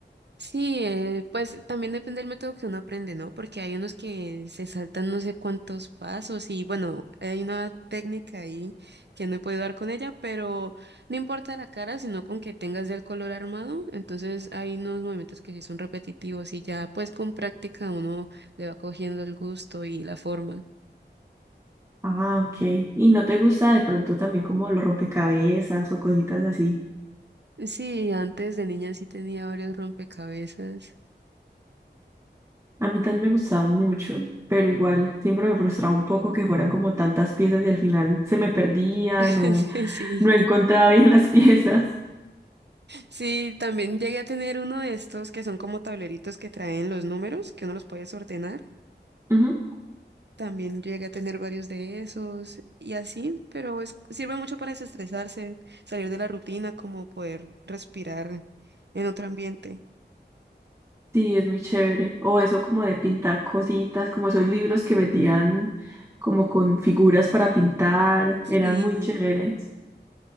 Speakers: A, on the right (about 70°); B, on the right (about 15°).
A: Sí, eh, pues también depende del método que uno aprende, ¿no? Porque hay unos que se saltan no sé cuántos pasos y bueno, hay una técnica ahí que no he podido dar con ella, pero no importa la cara, sino con que tengas ya el color armado, entonces hay unos movimientos que sí son repetitivos y ya pues con práctica uno le va cogiendo el gusto y la forma.
B: Ah, ok. ¿Y no te gusta de pronto también como los rompecabezas o cositas así?
A: Sí, antes de niña sí tenía varios rompecabezas. <laughs>
B: A mí también me gustaban mucho, pero igual siempre me frustraba un poco que fueran como tantas piezas y al final se me perdían
A: Sí,
B: o
A: sí.
B: no encontraba bien las <laughs> piezas.
A: Sí, también llegué a tener uno de estos que son como tableritos que traen los números, que uno los puedes ordenar.
B: Ujú.
A: También llegué a tener varios de esos y así, pero es- sirve mucho para desestresarse, salir de la rutina, como poder respirar en otro ambiente.
B: Sí, es muy chévere. O eso como de pintar cositas, como esos libros que vendían como con figuras para pintar,
A: Sí,
B: eran muy chéveres.